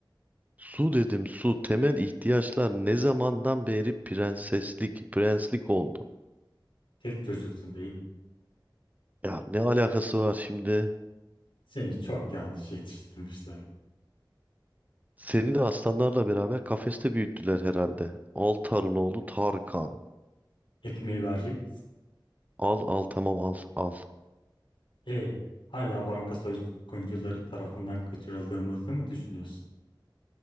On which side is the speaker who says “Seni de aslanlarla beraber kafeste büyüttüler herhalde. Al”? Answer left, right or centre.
Right